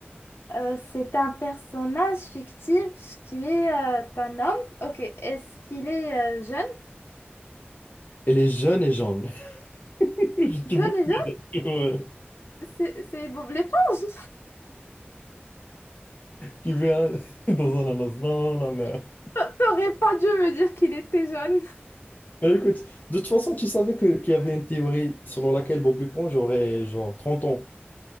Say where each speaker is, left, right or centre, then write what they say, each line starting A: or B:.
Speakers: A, on the left; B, on the left.
A: euh, c'est un personnage fictif qui est euh, un homme? Ok. Est-ce qu'il est euh, jeune?
B: Elle est jeune et jaune. <laughs> Je te
A: Jeune
B: vous
A: et jeune?
B: ouais.
A: C'est c'est Bob l'éponge.
B: Qui vient <laughs> dans un annonce dans la mer.
A: <laughs> T'aurais pas dû me dire qu'il était jeune.
B: Mais écoute, de toute façon, tu savais que, qu'il y avait une théorie selon laquelle Bob Lupon, j'aurais genre 30 ans.